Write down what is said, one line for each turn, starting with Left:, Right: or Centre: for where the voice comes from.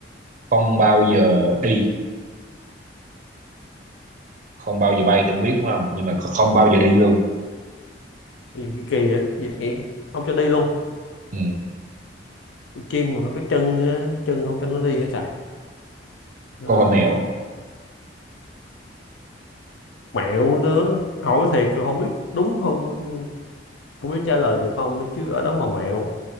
Right: không bao giờ đi, không bao giờ bay thì không biết đúng không? Nhưng mà không bao giờ đi luôn.
Left: Gì kỳ kỳ vậy Gì vậy không cho đi luôn
Right: Ừ.
Left: chim mà cái chân á, chân không cho nó đi hết trời Ờ,
Right: Câu hỏi mẹo,
Left: mẹo nữa hỏi thiệt không biết đúng không không biết trả lời được không chứ ở đó mà mẹo